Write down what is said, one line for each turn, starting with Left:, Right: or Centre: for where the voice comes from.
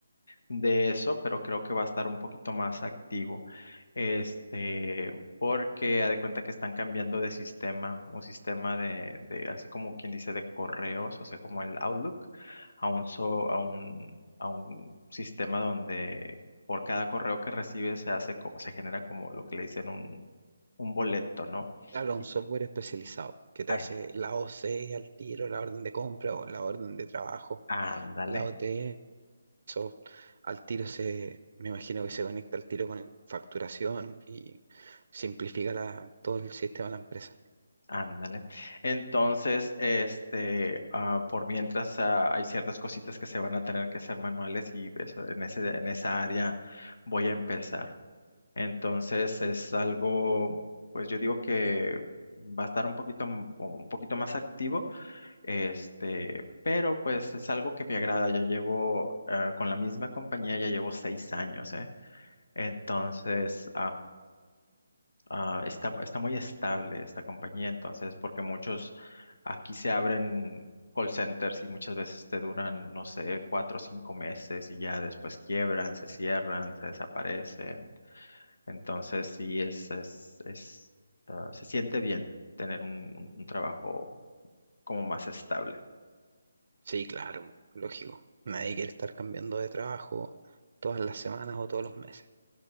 Left: de eso, pero creo que va a estar un poquito más activo. Este, porque ha de cuenta que están cambiando de sistema, un sistema de, de, así como quien dice, de correos, o sea, como el Outlook, a un, so- a un, a un sistema donde por cada correo que recibes se hace como, se genera como lo que le dicen un, un boleto, ¿no?
Right: Claro, un
Left: Y,
Right: software especializado que te
Left: ay,
Right: hace la OC al tiro, la orden de compra o la orden de trabajo,
Left: ándale.
Right: la OT, eso al tiro se, me imagino que se conecta al tiro con facturación y simplifica la- todo el sistema de la empresa.
Left: Ándale. Entonces, este, ah, por mientras, ah, hay ciertas cositas que se van a tener que hacer manuales y eso, en ese, en esa área voy a empezar. Entonces, es algo, pues yo digo que va a estar un poquito, m- un poquito más activo, este, pero pues es algo que me agrada. Ya llevo, ah, con la misma compañía, ya llevo seis años, ¿eh? Entonces, ah, está, está muy estable esta compañía, entonces, porque muchos aquí se abren call centers y muchas veces te duran, no sé, cuatro o cinco meses y ya después quiebran, se cierran, se desaparecen. Entonces, sí, es, es, es, ah, se siente bien tener un, un un trabajo como más estable.
Right: Sí, claro, lógico. Nadie quiere estar cambiando de trabajo todas las semanas o todos los meses.